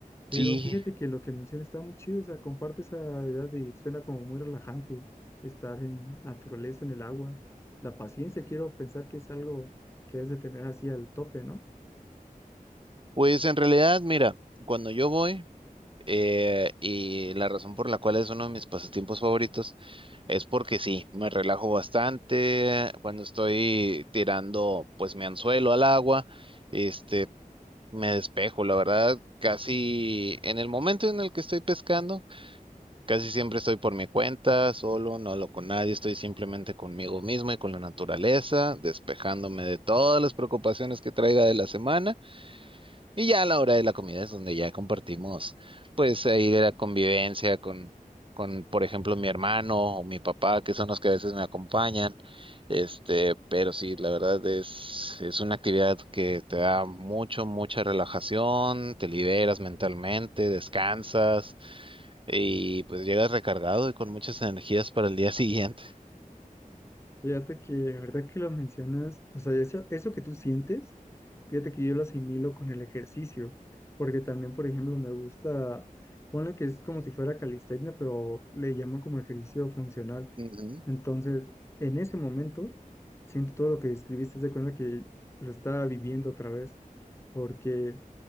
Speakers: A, on the left; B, on the right.
A: Pero
B: Sí,
A: fíjate que lo que mencionas está muy chido, o sea, comparte esa edad y suena como muy relajante estar en naturaleza, en el agua. La paciencia, quiero pensar que es algo que has de tener así al tope, ¿no?
B: pues en realidad, mira, cuando yo voy... eh, y la razón por la cual es uno de mis pasatiempos favoritos es porque sí, me relajo bastante cuando estoy tirando pues mi anzuelo al agua, este, me despejo, la verdad, casi en el momento en el que estoy pescando, casi siempre estoy por mi cuenta, solo, no hablo con nadie, estoy simplemente conmigo mismo y con la naturaleza, despejándome de todas las preocupaciones que traiga de la semana. Y ya a la hora de la comida es donde ya compartimos, pues ahí de la convivencia con, con, por ejemplo, mi hermano o mi papá, que son los que a veces me acompañan. Este, pero sí, la verdad es, es una actividad que te da mucho, mucha relajación, te liberas mentalmente, descansas y pues llegas recargado y con muchas energías para el día <laughs> siguiente.
A: Fíjate que, la verdad que lo mencionas, o sea, eso, eso que tú sientes, fíjate que yo lo asimilo con el ejercicio, porque también, por ejemplo, me gusta, ponle que es como si fuera calistenia, pero le llaman como ejercicio funcional
B: Ujú.
A: Entonces, en ese momento, siento todo lo que describiste, haz de cuenta que lo estaba viviendo otra vez, porque